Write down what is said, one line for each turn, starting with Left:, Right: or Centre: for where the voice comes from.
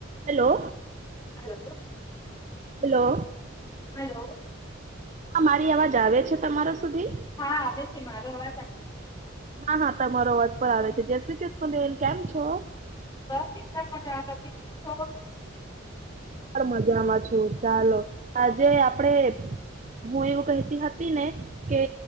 Right: Hello
Left: hello,
Right: hello
Left: hello
Right: હા મારી અવાજ આવે છે, તમારા સુધી
Left: હા, આવે છે મારો અવાજત
Right: હા, હા, તમારો અવાજ પણ આવે છે જય શ્રી કૃષ્ણ બેન કેમ છો
Left: બસ એકિક્ષામાં તમે કેમ છો
Right: મજામાં છું ચાલો, આજે આપડે હું, એવું કહેતી હતી ને કે